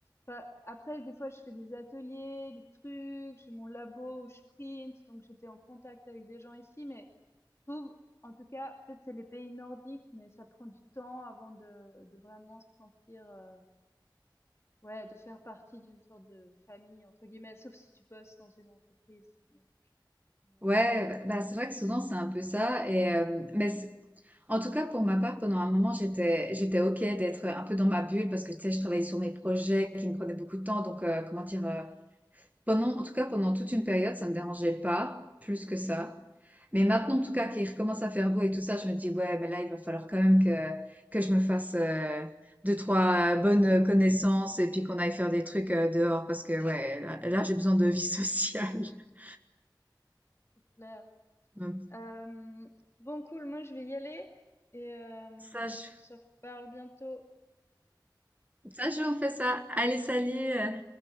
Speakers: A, on the left; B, on the right.
A: Enfin, après, des fois, je fais des ateliers, des trucs. J'ai mon labo où je print, donc j'étais en contact avec des gens ici. Mais je trouve, en tout cas, peut-être c'est les pays nordiques, mais ça prend du temps avant de de vraiment se sentir, euh, ouais, de faire partie d'une sorte de famille entre guillemets. Sauf si tu bosses dans une entreprise. Donc, je sais pas. Mais
B: Ouais,
A: euh,
B: bah, bah, c'est vrai que souvent c'est un peu ça. Et, euh, mais c'est- en tout cas, pour ma part, pendant un moment, j'étais, j'étais OK d'être un peu dans ma bulle parce que tu sais, je travaillais sur mes projets qui me prenaient beaucoup de temps. Donc, euh, comment dire, euh, Pendant, en tout cas, pendant toute une période, ça me dérangeait pas plus que ça. Mais maintenant,
A: Mhm. ouais,
B: en tout cas, qu'il recommence à faire beau et tout ça, je me dis, ouais, mais là, il va falloir quand même que, que je me fasse euh, deux, trois euh, bonnes connaissances et puis qu'on aille faire des trucs euh, dehors parce que, ouais, là, là, j'ai besoin de vie sociale. <laughs>
A: c'est clair.
B: Donc,
A: Euh, bon, cool, moi je vais y aller et euh,
B: Ça, je,
A: on se reparle bientôt.
B: ça, je, on fait ça. Allez, salut! euh.